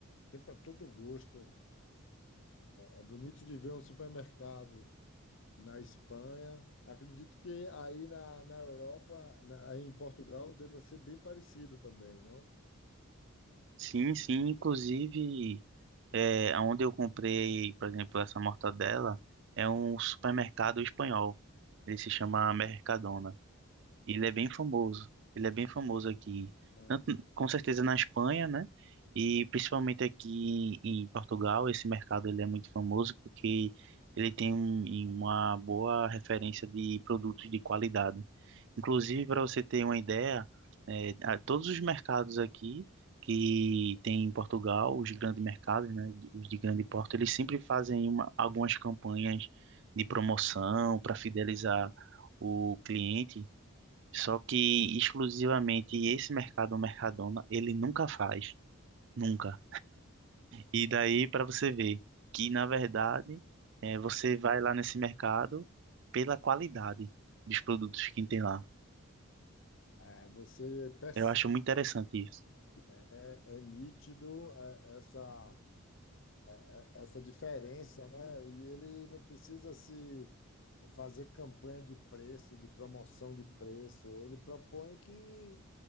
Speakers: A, on the left; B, on the right.
A: tem para todo gosto. É bonito de ver um supermercado na Espanha. Acredito que aí na, na Europa, na- aí em Portugal, deva ser bem parecido também, não?
B: Sim, sim, inclusive. É, onde eu comprei, por exemplo, essa mortadela é um supermercado espanhol. Ele se chama Mercadona. Ele é bem famoso. Ele é bem famoso aqui,
A: Mercado-
B: tanto, com certeza na Espanha, né? E principalmente aqui em Portugal, esse mercado ele é muito famoso porque ele tem um- uma boa referência de produtos de qualidade. Inclusive, para você ter uma ideia, é, a- todos os mercados aqui que tem em Portugal, os grandes mercados, né, de- os de grande porte, eles sempre fazem uma, algumas campanhas de promoção para fidelizar o cliente só que exclusivamente esse mercado, o Mercadona, ele nunca faz, nunca. E daí para você ver que na verdade eh, você vai lá nesse mercado pela qualidade dos produtos que tem lá.
A: é, você percebe
B: Eu acho muito interessante isso.
A: É, é nítido é, essa, é, essa diferença, né? E ele não precisa se fazer campanha de preço, de promoção de preço. Ele propõe que,